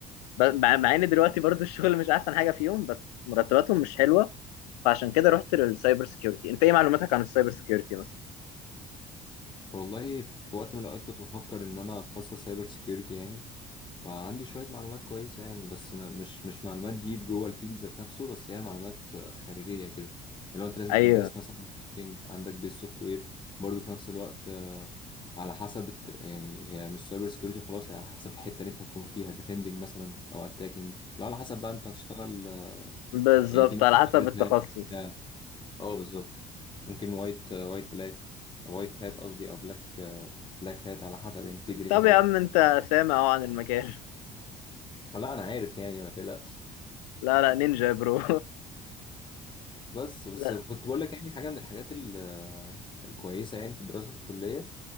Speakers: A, on the left; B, on the left.
A: ب- مع مع ان دلوقتي برضو <laughs> الشغل مش احسن حاجه فيهم بس مرتباتهم مش حلوه فعشان كده رحت للسايبر سيكيورتي انت ايه معلوماتك عن السايبر سيكيورتي مثلا
B: والله في وقت من الاوقات كنت بفكر ان انا اتخصص سايبر سيكيورتي يعني فعندي شوية معلومات كويسة يعني بس ما مش مش معلومات ديب جوه الفيلد ذات نفسه بس هي معلومات خارجية كده اللي هو أنت لازم
A: اي
B: تكون دارس مثلا marketing، عندك بيز سوفت وير برضه في نفس الوقت آه، على حسب الت... يعني هي مش سايبر سكيورتي خلاص هي على حسب الحتة اللي أنت هتكون فيها ديفندنج مثلا أو أتاكينج لا على حسب بقى أنت هتشتغل آه،
A: بالظبط
B: يعني في ناس
A: على حسب
B: ريد
A: التخصص
B: هات بتاع. أه بالظبط ممكن وايت وايت بلاك وايت هات قصدي أو بلاك بلاك هات على حسب يعني في جري
A: طب
B: هات
A: يا عم انت سامع اهو عن المجال
B: فلا أنا عارف يعني ما تقلقش
A: لا لا نينجا يا برو
B: بس
A: <laughs>
B: بس
A: لا
B: كنت بقول لك يعني حاجه من الحاجات ال- آه، الكويسه يعني في الدراسه في الكليه